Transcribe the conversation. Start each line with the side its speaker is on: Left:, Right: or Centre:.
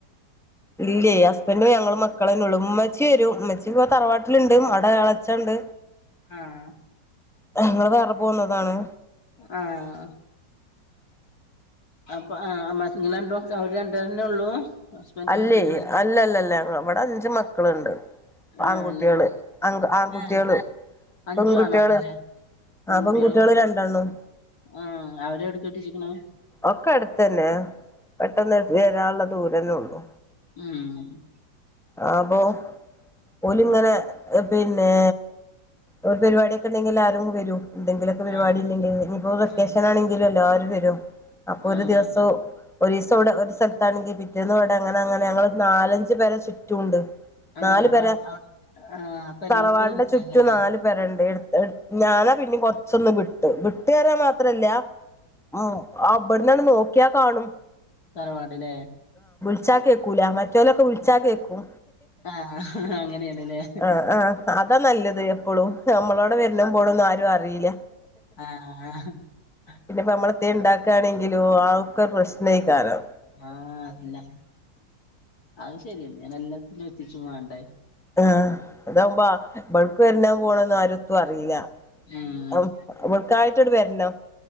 Centre: ഇല്ലേ ഹസ്ബൻഡും ഞങ്ങളും മക്കളെ ള്ളു ഉമ്മച്ചി വരും ഉമ്മച്ചി ഇപ്പോ തറവാട്ടിലുണ്ട് അവിടെ ഇളച്ചണ്ട്.
Left: ആഹ്.
Centre: നിങ്ങള് വേറെ പോന്നതാണ്?
Left: ആഹ്. അപ്പൊ ആഹ് <unintelligible> <unintelligible> അവര് രണ്ട് പേരന്നെ ഉള്ളൂ ഹസ്ബൻഡും
Centre: അല്ലേ
Left: അനിയനും നിങ്ങളും
Centre: അല്ലല്ല അല്ല അവിടെ അഞ്ചു മക്കളുണ്ട്.
Left: ആഹ്
Centre: ആൺകുട്ടികള്
Left: അല്ല
Centre: ആങ്ക് ആൺകുട്ടികള്
Left: ആഹ് അഞ്ചു
Centre: പെൺകുട്ടികള്
Left: ആണ് ആണല്ലേ പെൺകുട്ടികളോ
Centre: ആ പെൺകുട്ടികള് രണ്ടെണ്ണം
Left: ആഹ് അവരെ കെട്ടിച്ചിക്കണ്?
Centre: ഒക്കെ അടുത്തന്നെ പെട്ടെന്ന് വരാള്ളതും ദൂരന്നേ ഉള്ളൂ
Left: മ്ഹ്
Centre: ആഹ് അപ്പൊ ഓല് ഇങ്ങനെ പിന്നെ ഒരു പരിപാടിയെക്കെ ഉണ്ടെങ്കിൽ എല്ലാരും വരും എന്തെങ്കിലൊക്കെ പരിപാടി
Left: ആഹ്
Centre: ഇല്ലെങ്കിൽ ഇനിപ്പോ വൊക്കേഷൻ
Left: ആഹ്
Centre: ആണെങ്കിലും എല്ലാരും <unintelligible> അപ്പൊ ഒരു
Left: ആഹ്
Centre: ദിവസം ഒരീസ്‌ <unintelligible> ഒരു സ്ഥലത്താണെങ്കിൽ പിറ്റേന്ന് ഇവിടെ അങ്ങനെ അങ്ങനെ ഞങ്ങള് നാലഞ്ച് പേര ചു <unintelligible>
Left: ആഹ്
Centre: നാലു
Left: അപ്പ
Centre: പെര
Left: ആഹ് അപ്പൊ എല്ലായിടത്തും
Centre: തറവാടിന്റെ
Left: വിളിച്ചാലല്ലേ
Centre: ചുറ്റും നാലു പെരണ്ട് എട് ത്തട് ഞാനാ പിന്നും കൊറ <unintelligible> വിട്ട്, വിട്ട് കരം മാത്രല്ല ആഹ് ആ <unintelligible> <unintelligible> നോക്കിയാ കാണും.
Left: തറവാട് ഇല്ലേ
Centre: ൾച്ചാ കേക്കൂലാ മറ്റോലൊക്കെ വിള്ച്ചാ കേക്കും
Left: ആഹ് അങ്ങനെയാണല്ലേ
Centre: ആ ആ അതാ നല്ലത് എപ്പളും നമ്മളവ്ടെ വര്നോം പോണോം ഒന്നും ആരും അറീ ല്ല
Left: ആ ഹ
Centre: പിന്നെ പ്പം നമ്മള് എത്തേ ണ്ടാക്കണെങ്കിലോ അ ഒക്കെ പ്രശ്നയ് കാരം
Left: ആ <unintelligible> അഹ് ശരിയന്നെണ് എല്ലത്തിനും എത്തിച്ചു വേണ്ടേ
Centre: ആ അത ഉമ്പ ആ ബട്ക്ക് വര്ണോ പോണോ ന്നു ആരും ത്തു അറീല്ല
Left: ഉം
Centre: അം വട്കായ് ത്ത് അട് വര്ണ